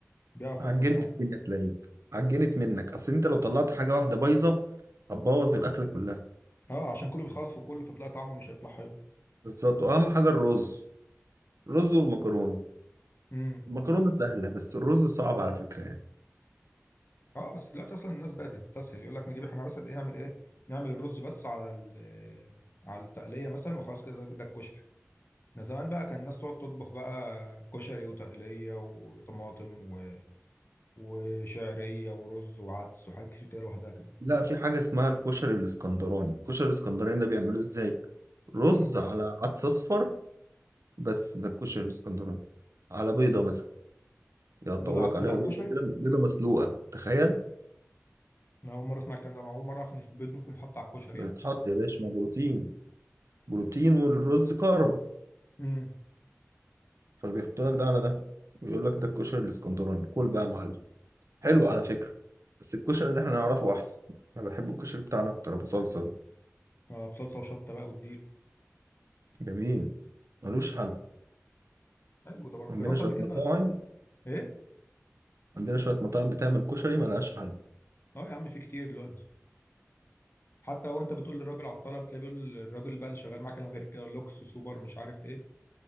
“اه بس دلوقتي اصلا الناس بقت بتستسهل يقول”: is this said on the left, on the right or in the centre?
Left